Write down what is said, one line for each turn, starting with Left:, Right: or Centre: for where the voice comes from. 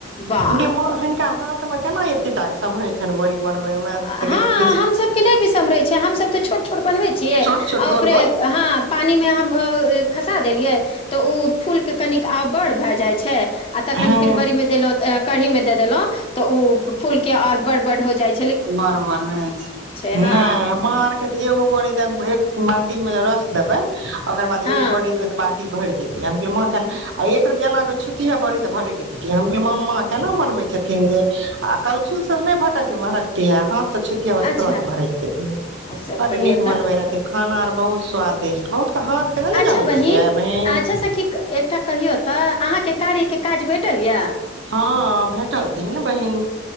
Left: बाप
Right: गे मां हुनका
Left: रे
Right: हाथ त केना एतेटा के सम्हरेण छै बड़ी। बनबै मे
Left: आ
Right: तऽ
Left: हाँ
Right: कहै छै कि
Left: हम सबके नै भी सम्हरे छै, हम सब ते छोट-छोट बनबै छियै
Right: छोट छोट
Left: आ
Right: गोल
Left: ओकरे
Right: गोल
Left: हाँ पानी मे हम अ खसा देलियै तऽ उ फूलके कनिक आब बड़ भाए जाय छै। आ तखन
Right: हँ
Left: फिर बड़ी मे देलौ ते ए कढ़ी मे दे देलौ। तऽ उ फूल के और बड़-बड़ हो जाय
Right: आ बड़-बड़ रहै छै,
Left: हँ
Right: नै मां आर के ते एगो बड़ी दाए देबै एक माटी मे रस देबै। <unintelligible> अगर ब
Left: हँ
Right: एग बढ़ त ब। <unintelligible> भर जेतै। <unintelligible> माँखन आ एक रती एनााके छुटी है बड़ी त। भर के जतिये, हम कहलिये मामा केना बनबे छथिन जे आ कलछुल से उ नै भटक भड़क किया हस <unintelligible>
Left: अच्छा
Right: भड़ेक जेथिन,
Left: अच्छा
Right: बड़
Left: कहियौ
Right: नीक बनबै
Left: तऽ
Right: रहथिन। खाना आर बहुत स्वादिष्ट बहुत। के हाथ के नहि ने
Left: अच्छा
Right: जानै
Left: बहिन
Right: छियै बहिन
Left: अच्छा सखी -एकटा कहियौ तऽ। अहाँके कार्यके काज भेटल यऽ। <unintelligible>
Right: हँ भेटल तनन बहिन